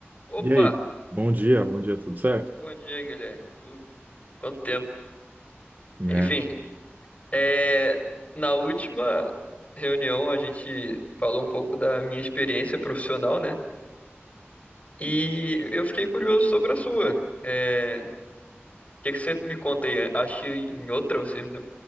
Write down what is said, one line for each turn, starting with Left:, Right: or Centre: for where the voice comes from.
Left: Opa!
Right: E aí, bom dia, bom dia, tudo certo?
Left: Bom dia, Guilherme. Tudo? Quanto tempo? <laughs>
Right: Né?
Left: Enfim, é, na última reunião a gente falou um pouco da minha experiência profissional, né? E eu fiquei curioso sobre a sua. É, O que que você me conta aí? Acho que em outra você ainda